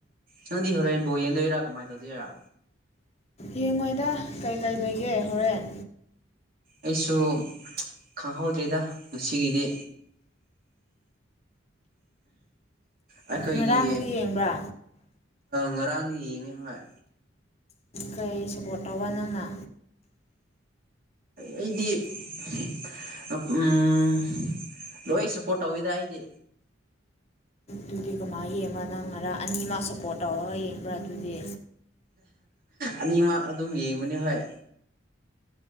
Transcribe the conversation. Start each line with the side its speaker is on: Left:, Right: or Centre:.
Right: ꯅꯪꯗꯤ ꯍꯣꯔꯦꯟ ꯕꯣꯜ ꯌꯦꯡꯗꯣꯏꯔ ꯀꯃꯥꯏ ꯇꯧꯗꯣꯏꯔ
Left: ꯌꯦꯡꯉꯣꯏꯗ ꯀꯩꯀꯩ ꯂꯩꯒꯦ ꯍꯣꯔꯦꯟ
Right: ꯑꯩꯁꯨ ꯈꯪꯍꯧꯗ꯭ꯔꯦꯗ ꯉꯁꯤꯒꯤꯗꯤ ꯑꯩꯈꯣꯏꯒꯤ
Left: ꯉꯔꯥꯡꯗꯤ ꯌꯦꯡꯕ꯭ꯔꯥ
Right: ꯉꯔꯥꯡꯗꯤ ꯌꯦꯡꯉꯤ ꯍꯣꯏ
Left: ꯀꯩ ꯁꯞꯄꯣꯔꯠ ꯇꯧꯕ ꯅꯪꯅ
Right: ꯑꯩꯗꯤ <unintelligible> ꯂꯣꯏ ꯁꯞꯄꯣꯔꯠ ꯇꯧꯋꯤꯗ ꯑꯩꯗꯤ
Left: ꯑꯗꯨꯗꯤ ꯀꯃꯥꯏ ꯌꯦꯡꯕ ꯅꯪ ꯈꯔ ꯑꯅꯤꯃꯛ ꯁꯞꯄꯣꯔꯠ ꯇꯧꯔꯒ ꯌꯦꯡꯕ꯭ꯔꯥ ꯑꯗꯨꯗꯤ
Right: ꯑꯅꯤꯃꯛ ꯑꯗꯨꯝ ꯌꯦꯡꯕꯅꯤ ꯍꯣꯏ